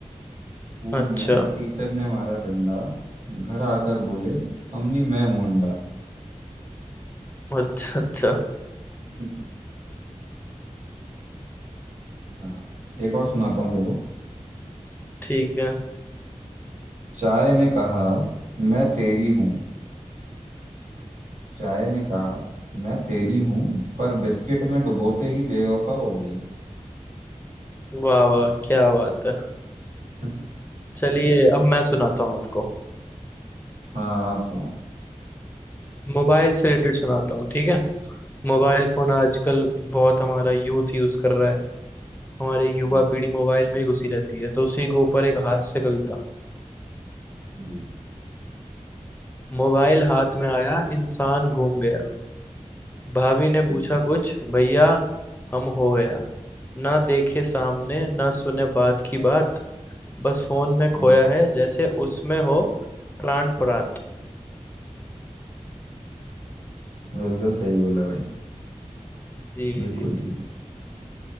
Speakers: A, on the right; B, on the left.
A: स्कूल
B: अच्छा
A: में टीचर ने मारा डंडा घर आकर बोले अम्मी मैं हूं अंडा
B: अच्छा अच्छा
A: <laughs> हाँ एक और सुनाता हूँ चलो
B: ठीक है
A: चाय ने कहा मैं तेरी हूँ चाय ने कहा मैं तेरी हूँ पर बिस्किट में डुबोते ही बेवफा हो गई
B: वाह वाह क्या बात है
A: <laughs>
B: चलिए अब मैं सुनाता हूँ आपको
A: हाँ आप सुनो
B: मोबाइल से रिलेटेड सुनाता हूँ ठीक है मोबाइल फोन आजकल बहुत हमारा यूथ यूज कर रहा है हमारे युवा
A: बिल्कुल,
B: पीढ़ी मोबाइल में ही घुसी रहती है तो उसी के ऊपर एक हास्य कविता
A: जी
B: मोबाइल हाथ में आया इंसान घूम गया भाभी ने
A: ठीक
B: पूछा
A: है
B: कुछ भैया हम हो गया ना देखे सामने ना सुने बात की बात बस फोन में
A: हाँ
B: खोया है जैसे उसमें हो प्राण प्रात
A: बिल्कुल सही बोला भाई
B: जी
A: बिल्कुल
B: जी
A: ठीक